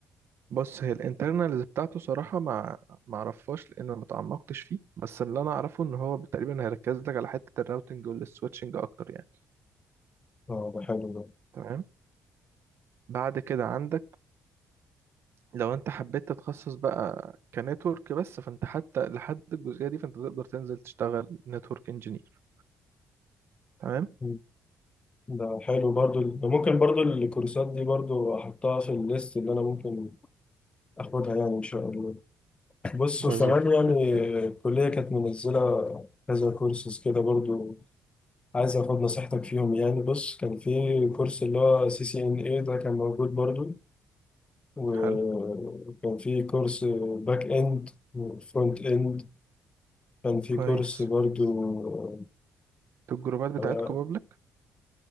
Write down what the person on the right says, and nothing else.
بص هي الانترنالز بتاعته صراحة ما ما اعرفهاش لان انا ما تعمقتش فيه بس اللي انا اعرفه ان هو تقريبا هيركز لك على حتة الراوتنج والسويتشنج اكتر يعني
تمام بعد كده عندك لو انت حبيت تتخصص بقى كنتورك بس فانت حتى لحد الجزئية دي فانت تقدر تنزل تشتغل نتورك انجينير تمام
بالظبط
بإذن الله.
حلو
كويس
انتوا الجروبات بتاعتكم
بابليك